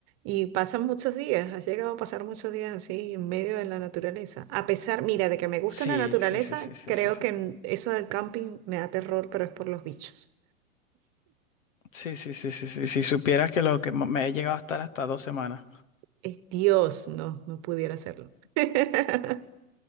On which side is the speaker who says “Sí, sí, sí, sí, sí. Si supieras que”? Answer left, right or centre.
Left